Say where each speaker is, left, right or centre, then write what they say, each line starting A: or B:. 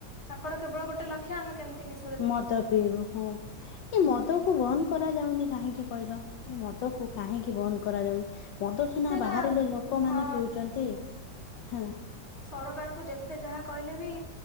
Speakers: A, on the left; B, on the left.
A: ତାଙ୍କର କେବଳ ଗୋଟେ ଲକ୍ଷ୍ୟ ଆମେ କେମତି ନି
B: ମଦ ପିଇବ ହଁ ପା। ଏ ମଦ କୁ ବନ୍ଦ କରାଯାଉନି କାହିଁକି କହିଲ? ଏ ମଦ ମଦ କୁ କାହିଁକି ବନ୍ଦ କରାଯାଉନି ମଦ ସିନା
A: ସେଟା
B: ବାହାରିଲେ ଲୋକମାନେ
A: ଉଁ, ହଁ
B: ପିଉଛନ୍ତି। ହେଲା।
A: ସରକାରଙ୍କୁ ଯେତେ ଯାହା କହିଲେ ବି